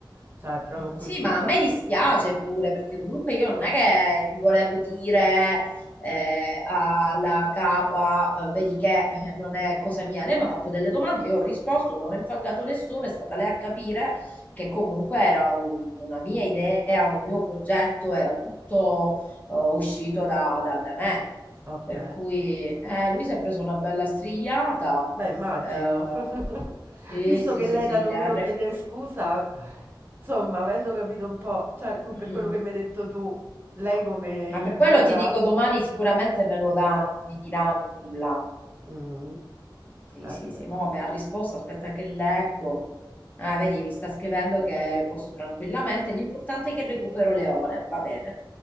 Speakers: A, on the right; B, on the left.
A: Cioè, è proprio così.
B: Sì, ma
A: pa-
B: a me dispiace pure perché comunque io non è che gli volevo dire eh, alla capa, eh, vedi che eh, non è cosa mia. Lei mi ha fatto delle domande, io ho risposto, non ho infangato nessuno, è stata lei a capire che comunque era un- una mia idea, un mio progetto, era tutto eh, uscito da, da- da me.
A: Ok.
B: Per cui eh, lui si è preso una bella strigliata.
A: Beh, immagino.
B: eh,
A: <laughs>
B: sì,
A: Visto
B: sì,
A: che
B: sì,
A: lei
B: sì,
A: t'ha dovuto
B: le ha re-
A: chiedere scusa, insomma, avendo capito un po', cioè,
B: Mm.
A: per quello che mi hai detto tu, lei come
B: Ma
A: gli
B: per quello
A: gira?
B: ti dico domani sicuramente me lo dà, non mi dirà nulla.
A: Mm.
B: Sì,
A: Eh
B: sì, sì,
A: beh.
B: mo me ha risposto, aspetta che leggo. Ah, vedi, mi sta scrivendo che posso tranquillamente, l'importante è che recupero le ore, va bene,